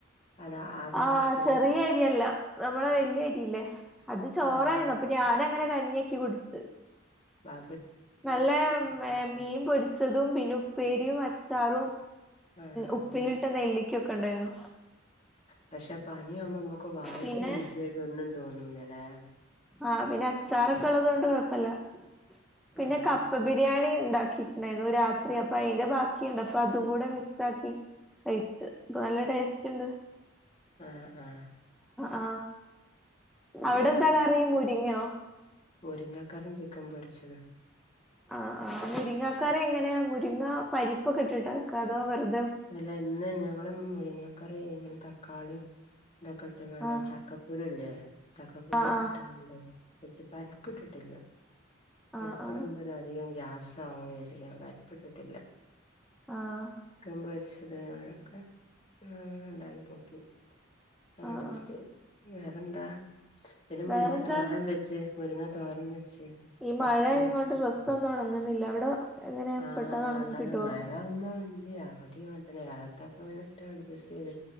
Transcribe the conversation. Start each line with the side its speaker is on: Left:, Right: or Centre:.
Left: അതാ അതാ
Centre: ആ
Left: കുടിക്കല്
Centre: ചെറിയ അരിയല്ല നമ്മളെ വല്യ അരിയില്ലേ അത്. ചോറായിരുന്നു
Left: ആഹ്
Centre: അപ്പൊ ഞാന അങ്ങനെ കഞ്ഞിക്കി കുടിച്ചു.
Left: ബാ
Centre: നല്ല മീൻ പൊ ച്ചതും പിന്നെ ഉപ്പേരി, അച്ചാറും
Left: ആഹ്
Centre: ഉപ്പിലിട്ട നെല്ലി ഒക്കെ ഉണ്ടായിരുന്നു.
Left: പക്ഷെ പനിയാമ്പോ മ്മക്ക് നമ്മുക്ക് വായിക്ക
Centre: പിന്നെ
Left: രുചിയായിട്ട് ഒന്നും തോന്നൂലാല്ലേ?
Centre: ആ പിന്നെ അച്ചാറൊക്കെ ഉള്ളത് കൊണ്ട് കൊഴപ്പല്ല പിന്നെ
Left: ആഹ്
Centre: കപ്പ ബിരിയാണി ഇണ്ടാക്കി ജ് മെനു രാത്രി അപ്പൊ അയിന്റെ ബാക്കിയുണ്ട് അപ്പൊ അതും കൂടെ മിക്സ് ആക്കി കയ്ച്ച് പ്പൊ നല്ല ടേസ്റ്റ്ണ്ട്
Left: ആ ആ
Centre: ആ അവിടെ എന്താ കറി മുരിങ്ങയോ
Left: മുരിങ്ങക്കറിയും ചിക്കൻ പൊരിച്ചതാ
Centre: ആ ആ മുരിങ്ങക്കറി എങ്ങനെയാ മുരിങ്ങ പരിപ്പൊക്കെട്ടിട്ടാ അതോ വെറു
Left: അല്ല ഇന്ന് ഞങ്ങളും മുരിങ്ങക്കറി ഇങ്ങനെ തക്കാളീം ഇതൊക്കെ ഇട്ട്ക്കാണ്ട്
Centre: ആഹ്
Left: ചക്കക്കുരുല്ലേ ചക്കക്കുരു
Centre: ആഹ്
Left: ഒക്കെ
Centre: ആഹ്
Left: ഇട്ട് <unintelligible> വെച്ച് പരിപ്പിട്ടിട്ടില്ല
Centre: ആഹ്
Left: പരിപ്പിടുമ്പോ
Centre: ആഹ്
Left: അത് അധികം ഗ്യാസ് സ <unintelligible> പരിപ്പിട്ടിട്ടില്ല
Centre: ആഹ്
Left: സംഭരിച്ചത് ക്കെ ഇഇ ഇണ്ടായിപ്പൊക്കി ആ
Centre: ആഹ്
Left: ഡസ്റ്റ്
Centre: ആഹ്
Left: വേറെന്താ പിന്നെ മുരിങ്ങ
Centre: വേറെന്താ
Left: തോരം വെച്ച് മുരുങ്ങ തോരൻ വെച്ച്
Centre: ഈ
Left: പപ്പടം
Centre: മഴയായകൊണ്ട്
Left: പരിച്ച്
Centre: ഡ്രസ്സ് ഒന്നും ഉണങ്ങുന്നില്ല അവിടെ എങ്ങനെ
Left: ആ
Centre: പെട്ടെന്ന് ഉണങ്ങി
Left: അതാണ്
Centre: കിട്ടുവോ
Left: മഴയാവുമ്പോ അതെയ അവിടെയും അങ്ങനെതന്നെ അറയത്തൊക്കെ ഇട്ട് അഡ്ജസ്റ്റ് ചെയ്ത്